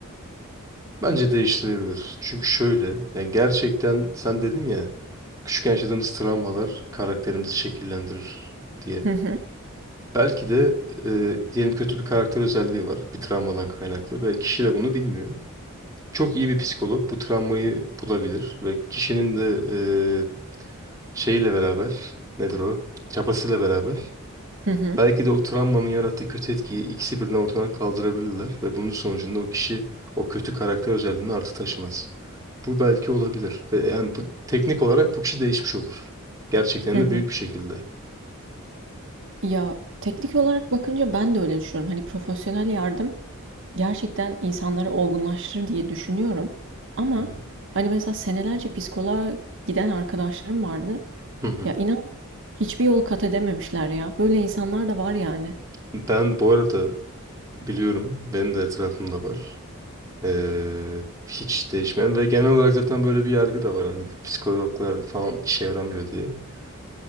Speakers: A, on the right (about 15°); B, on the right (about 55°).
A: Bence değiştirebilir. Çünkü şöyle. Yani gerçekten sen dedin ya. Küçükken yaşadığımız travmalar karakterimizi şekillendirir diye.
B: Hı hı.
A: Belki de e, diyelim kötü bir karakter özelliği var. Bir travmadan kaynaklı ve kişi de bunu bilmiyor. Çok iyi bir psikolog bu travmayı bulabilir ve kişinin de e, şeyiyle beraber nedir o? Çabasıyla beraber
B: Hı hı.
A: belki de o travmanın yarattığı kötü etkiyi ikisi birden ortadan kaldırabilirler ve bunun sonucunda o kişi o kötü karakter özelliğini artık taşımaz. Bu belki olabilir ve yani bu teknik olarak bu kişi değişmiş olur. Gerçekten
B: Hı hı.
A: de büyük bir şekilde.
B: Ya teknik olarak bakınca ben de öyle düşünüyorum. Hani profesyonel yardım gerçekten insanları olgunlaştırır diye düşünüyorum. Ama
A: Hı hı.
B: hani mesela senelerce psikoloğa giden arkadaşlarım vardı.
A: Hı hı.
B: Ya inan hiçbir yol kat edememişler ya. Böyle insanlar da var yani.
A: Ben bu arada Biliyorum. Benim de etrafımda var. Ee, hiç değişmeyen ve genel olarak zaten böyle bir yargı da var. Hani psikologlar falan işe yaramıyor diye. <laughs>